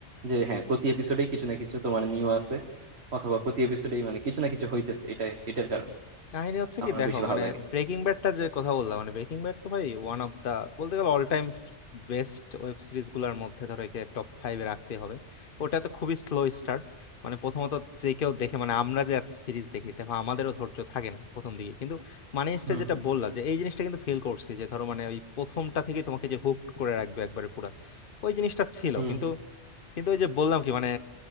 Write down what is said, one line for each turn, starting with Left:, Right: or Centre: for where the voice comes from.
Right: যে হ্যাঁ প্রতি এপিসোডেই কিছু না কিছু তোমার নিউ আছে অথবা প্রতি এপিসোডেই মানে কিছু না কিছু হইতেছে এটা এটার কারণে
Left: কাহিনী হচ্ছে
Right: আমার
Left: কি দেখো
Right: বেশি ভালো
Left: মানে
Right: লাগে
Left: ব্রেকিং ব্যাডটা যে কথা বললাম মানে ব্রেকিং ব্যাড তো ভাই ওয়ান অফ দা বলতে গেলে all time best web series গুলার মধ্যে ধরো একে টপ ফাইভে রাখতে হবে ওটা তো খুবই স্লো স্টার্ট মানে প্রথমত যে কেউ দেখে মানে আমরা যে এত সিরিজ দেখি দেখো আমাদেরও ধৈর্য থাকে না প্রথম দিকে কিন্তু মানে স্টে
Right: হুম
Left: যেটা
Right: হুম
Left: বললাম যে এই জিনিসটা কিন্তু ফিল করছি যে ধরো মানে ওই প্রথমটা থেকে তোমাকে যে হুক করে রাখবে একবারে পুরা ওই জিনিসটা ছিল
Right: হুম
Left: কিন্তু
Right: হুম
Left: কিন্তু ওই যে বললাম কি মানে